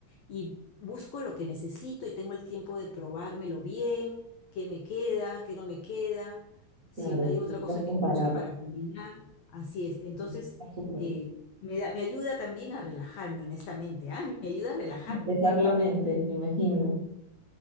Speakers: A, on the left; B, on the right.
A: y busco lo que necesito y tengo el tiempo de probármelo bien, qué me queda, qué no me queda, si
B: claro,
A: hay otra
B: sí,
A: cosa
B: puedes
A: que
B: comparar.
A: me gusta para combinar, así es. Entonces,
B: Mm, está Súper.
A: eh, me da- me ayuda también a relajarme, honestamente. Ah, me ayuda a relajarme.
B: Despejar la mente, me imagino.